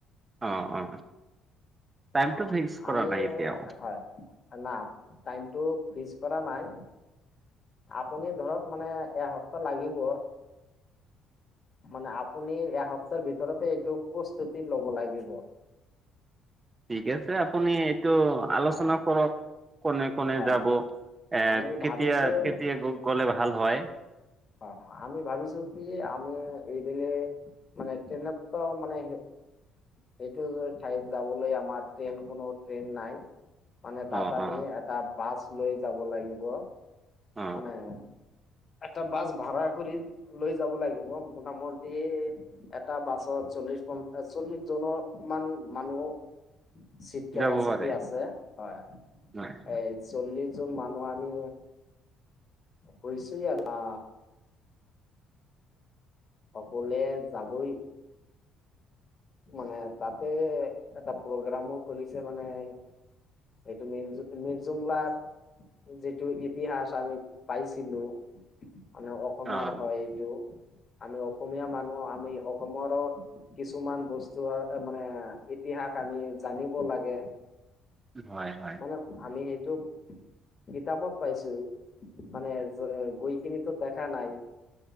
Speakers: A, on the right; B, on the left.
A: অ', অ'। টাইমটো
B: অ',
A: ফিক্স কৰা
B: আমি
A: নাই এতিয়াও
B: হয় না টাইমটো পিচ কৰা নাই, আপুনি ধৰক মানে এসপ্তাহ লাগিব। মানে আপুনি এসপ্তাহ ভিতৰতেই এইটো প্ৰস্তুতি ল'ব লাগিব।
A: ঠিক আছে আপুনি এইটো আলোচনা
B: হয় হয়
A: কৰক, কোনে কোনে
B: হয়
A: যাব? এ
B: আমি
A: কেতিয়া,
B: ভাবিছোঁ
A: কেতিয়া গ'লে ভাল হয়?
B: অ', আমি ভাবিছোঁ কি? আমি এইবেলি মানে কেনেকে মানে সেইটো ঠাইত যাবলৈ আমাৰ ট্ৰেইন কোনো ট্ৰেইন নাই। মানে তাত
A: অ
B: আমি
A: অ
B: এটা বাছ লৈ যাব লাগিব।
A: অ
B: মানে এটা বাছ ভাৰা কৰি লৈ যাব লাগিব, মোটামটি এটা বাছ চত চল্লিশ পঞ্চাচ, চল্লিশ জনমান মানুহ চিট কেপাচিটি
A: যাব পাৰে
B: আছে। হয়,
A: হয়
B: এই চল্লিশ জন মানুহ আমি গৈছোঁ <unintelligible> আ সকলোৱেই যাবই। মানে তাতেই এটা প্ৰগ্ৰামো কৰিছে মানে। সেইটো মিৰ মিৰ্জুমলাৰ যিটো ইতিহাস আমি পাইছিলোঁ
A: <unintelligible>
B: মানে অসমৰ
A: অ
B: হয় এইটো। আমি অসমীয়া মানুহ, আমি অসমৰো কিছুমান বস্তু বস্তু মানে ইতিহাস আমি জানিব লাগে।
A: হয় হয়
B: মানে আমি সেইটো কিতাপত পাইছোঁ, মানে গৈ কিনিটো দেখা নাই।